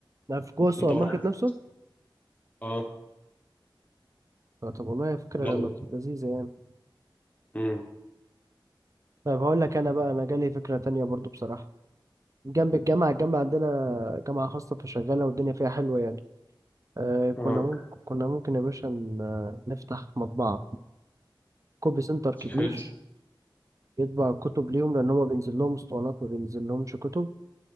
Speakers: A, on the right; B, on the left.
A: ده في جوه السوبر
B: انت وراحتك
A: ماركت نفسه
B: اه
A: آه، طب والله فكرة
B: لو
A: لط- لذيذة يعني
B: امم
A: طيب هقول لك انا بقى انا جالي فكرة تانية برضو بصراحة جنب الجامعة الجامعة عندنا جامعة خاصة فشغالة والدنيا فيها حلوة يعني آه كنا
B: اه
A: ممكن كنا ممكن يا باشا ن- آه، نفتح مطبعة كوبي سنتر كبير
B: حلو
A: يطبع الكتب ليهم لأن هما بينزل لهم اسطوانات ما بينزل لهمش كتب